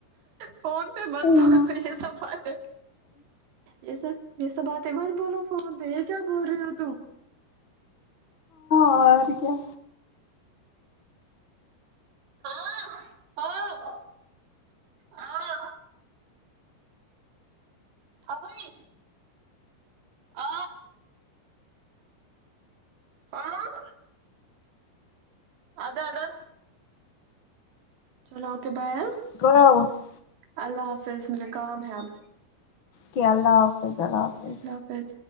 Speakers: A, on the right; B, on the left.
A: فون پے مت
B: ہاں
A: بولو یے سب باتیں یے سب یے سب بات ہے مت بولو فون پے یے کیا بول رہی ہو تم
B: اور کیا
A: ہاں ہاں ہاں ابھئی آ ہاں ادا ادا چلو اوکے بائے
B: <unintelligible>
A: اللہ حافظ مجھے کام ہے اب
B: کے اللہ حافظ اللہ حافظ
A: اللہ حافظ